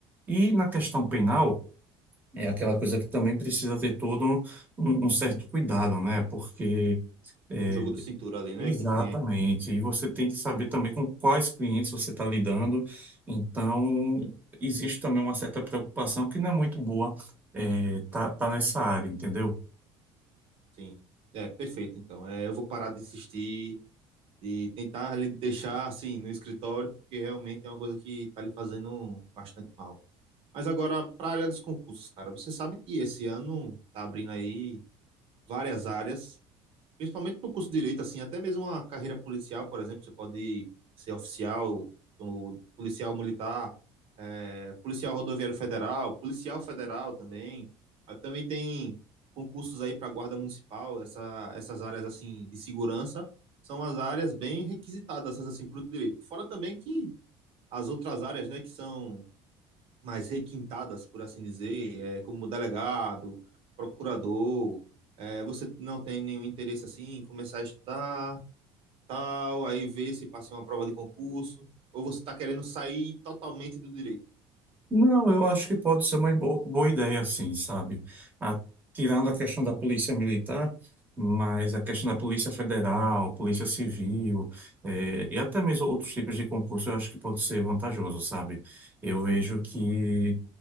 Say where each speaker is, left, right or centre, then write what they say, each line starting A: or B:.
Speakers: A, on the right; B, on the right.
A: E na questão penal, é aquela coisa que também precisa ter todo um, um um certo cuidado, né? Porque é,
B: Um jogo de cintura ali, né,
A: exatamente,
B: com o cliente.
A: e você tem que saber também com quais clientes você está lidando. Então, existe também uma certa preocupação que não é muito boa, é, tá, tá nessa área, entendeu?
B: Sim. É, perfeito, então. É, eu vou parar de insistir, de tentar lhe deixar assim no escritório, porque realmente é uma coisa que está lhe fazendo bastante mal. Mas agora, para a área dos concursos, cara, você sabe que esse ano tá abrindo aí várias áreas Principalmente para o curso de direito, assim, até mesmo uma carreira policial, por exemplo, você pode ser oficial, ou policial militar, eh, policial rodoviário federal, policial federal também. Ah, Também tem concursos aí para guarda municipal, essa, essas áreas assim de segurança são as áreas bem requisitadas assim para o direito. Fora também que as outras áreas, né, que são mais requintadas, por assim dizer, é, como delegado, procurador, é, você não tem nenhum interesse assim em começar a estudar, tal, aí ver se passa em uma prova de concurso, ou você está querendo sair totalmente do direito?
A: Não, eu acho que pode ser uma bo- boa ideia, sim, sabe? A- tirando a questão da polícia militar, mas a questão da polícia federal, polícia civil, eh, e até mesmo outros tipos de concurso, eu acho que pode ser vantajoso, sabe? Eu vejo que